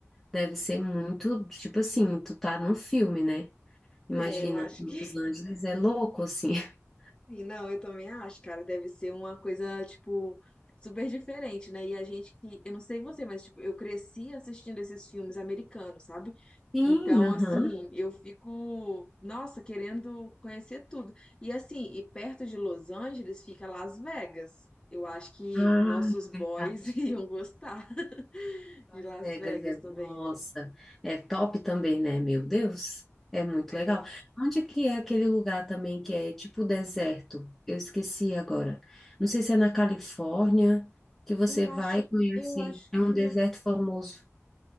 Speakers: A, in the centre; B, on the left.
A: deve ser muito, tipo assim, tu tá num filme, né? Imagina,
B: É, eu acho
A: Los
B: que
A: Angeles é louco assim. <laughs>
B: Sim, não, eu também acho, cara, deve ser uma coisa, tipo, super diferente, né? E a gente que, eu não sei você, mas, tipo, eu cresci assistindo esses filmes americanos, sabe?
A: Sim,
B: Então,
A: aham.
B: assim, eu fico, nossa, querendo conhecer tudo. E, assim, e perto de Los Angeles fica Las Vegas. Eu acho que
A: Ah,
B: nossos
A: é
B: boys
A: verdade.
B: <laughs> iam gostar
A: Las
B: de Las
A: Vegas,
B: Vegas
A: é,
B: também,
A: nossa,
B: né?
A: é top também, né? Meu Deus, é muito
B: É,
A: legal. Onde que é aquele lugar também que é tipo deserto? Eu esqueci agora. Não sei se é na Califórnia que você
B: eu acho,
A: vai e conhece.
B: eu acho
A: É um
B: que
A: deserto
B: na
A: famoso.